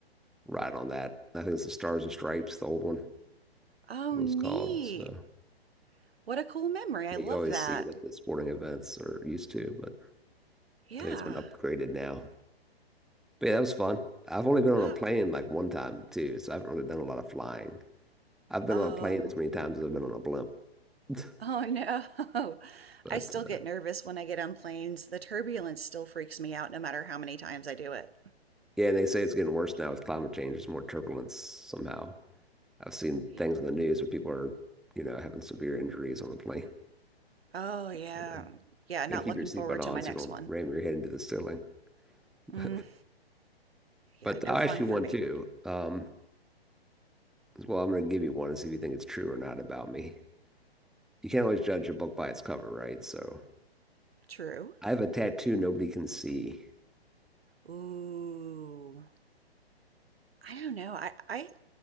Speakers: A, in the centre; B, on the right (about 70°).
A: ride on that. I think it's the Stars and Stripes, the old one,
B: Oh,
A: it was
B: neat.
A: called. So
B: What a cool memory. I
A: yeah,
B: love
A: you always
B: that.
A: see it at the sporting events or used to, but
B: Yeah.
A: I think it's been upgraded now. But yeah, that was fun. I've only been on
B: Ah.
A: a plane like one time too, so I haven't really done a lot of flying. I've been
B: Oh.
A: on a plane as many times as I've been on a blimp. <laughs>
B: Oh no. <laughs>
A: But
B: I still
A: uh,
B: get nervous when I get on planes. The turbulence still freaks me out no matter how many times I do it.
A: yeah, and they say it's getting worse now with climate change. There's more turbulence somehow. I've seen
B: Y-
A: things on the news where people are, you know, having severe injuries on the plane.
B: Oh yeah.
A: You know, you
B: Yeah, not
A: gotta keep
B: looking
A: your seatbelt
B: forward to
A: on
B: my
A: so
B: next
A: you don't
B: one.
A: ram your head into the ceiling.
B: Mm,
A: <laughs>
B: yeah,
A: But, but
B: no
A: I'll
B: fun
A: ask you
B: for
A: one
B: me.
A: too. Um, well, I'm gonna give you one and see if you think it's true or not about me. You can't always judge a book by its cover, right? So
B: True.
A: I have a tattoo nobody can see.
B: Ooh. I don't know. I I